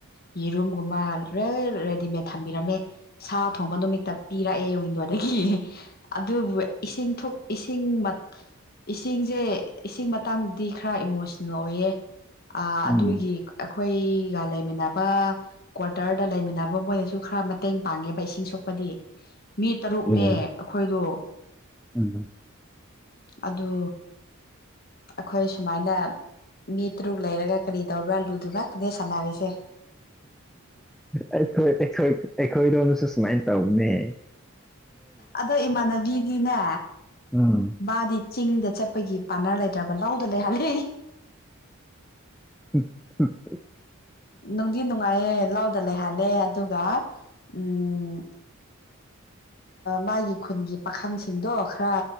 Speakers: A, on the left; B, in the centre.
A: ꯌꯦꯔꯨꯝꯒꯨꯝꯕ ꯂꯣꯏ ꯔꯦꯗꯤꯃꯦꯗ ꯊꯝꯕꯤꯔꯝꯃꯦ ꯁꯥ ꯊꯣꯡꯕ ꯅꯨꯃꯤꯠꯇ ꯄꯤꯔꯛꯑꯦ ꯋꯤꯟꯗꯣꯗꯒꯤ ꯑꯗꯨꯕꯨ ꯏꯁꯤꯡ ꯏꯁꯤꯡ ꯏꯁꯤꯡꯁꯦ ꯏꯁꯤꯡ ꯃꯇꯥꯡꯗꯤ ꯈꯔ ꯏꯃꯣꯁ ꯑꯣꯏꯌꯦ ꯑꯗꯨꯒꯤ
B: ꯎꯝ
A: ꯑꯩꯈꯣꯏꯒ ꯂꯩꯃꯤꯟꯅꯕ ꯀ꯭ꯋꯥꯇꯔꯗ ꯂꯩꯃꯤꯟꯅꯕ ꯃꯣꯏꯅꯁꯨ ꯈꯔ ꯃꯇꯦꯡ ꯄꯥꯡꯉꯦꯕ ꯏꯁꯤꯡ ꯁꯣꯛꯄꯗꯤ ꯃꯤ ꯇꯔꯨꯛꯅꯦ
B: ꯑꯣ
A: ꯑꯩꯈꯣꯏꯗꯣ
B: ꯎꯝ
A: ꯑꯗꯨ ꯑꯩꯈꯣꯏ ꯁꯨꯃꯥꯏꯅ ꯃꯤ ꯇꯔꯨꯛ ꯂꯩꯔꯒ ꯀꯔꯤ ꯇꯧꯕ꯭ꯔꯥ ꯂꯨꯗꯨ ꯉꯥꯛꯇꯅꯦ ꯁꯥꯟꯅꯔꯤꯁꯦ
B: ꯑꯩꯈꯣꯏ ꯑꯩꯈꯣꯏ ꯑꯩꯈꯣꯏꯗꯣꯝꯁꯨ ꯁꯨꯃꯥꯏꯅ ꯇꯧꯅꯤ
A: ꯑꯗꯣ ꯏꯃꯥꯟꯅꯕꯤꯗꯤꯅꯦ
B: ꯎꯝ
A: ꯃꯥꯗꯤ ꯆꯤꯡꯗ ꯆꯠꯄꯒꯤ ꯄꯥꯅꯔ ꯂꯩꯇ꯭ꯔꯕ ꯂꯗ ꯂꯩꯍꯜꯂꯤ
B: ꯎꯝ ꯎꯝ
A: ꯅꯨꯡꯗꯤ ꯅꯨꯡꯉꯥꯏꯌꯦꯦ ꯂꯥꯎꯗ ꯂꯩꯍꯜꯂꯦ ꯑꯗꯨꯒ ꯎꯝ ꯃꯥꯒꯤ ꯈꯨꯟꯒꯤ ꯄꯥꯈꯪꯁꯤꯡꯗꯣ ꯈꯔ